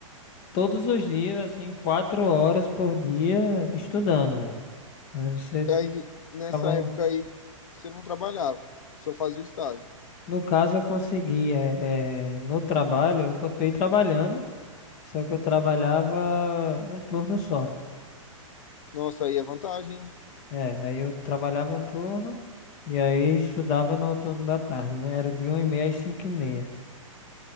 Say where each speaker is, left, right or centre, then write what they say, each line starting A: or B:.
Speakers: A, on the left (about 20°); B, on the left (about 75°).
A: todos os dias, assim, quatro horas por dia estudando, velho. Aí você
B: E aí, nessa
A: ficava.
B: época aí, você não trabalhava, só fazia o estágio.
A: No caso, eu consegui, é, é, no trabalho, eu continuei trabalhando, só que eu trabalhava um turno só.
B: Nossa, aí é vantagem,
A: É, aí eu trabalhava um turno e aí estudava no turno da tarde, né? Era de 1 e meia às cinco e meia.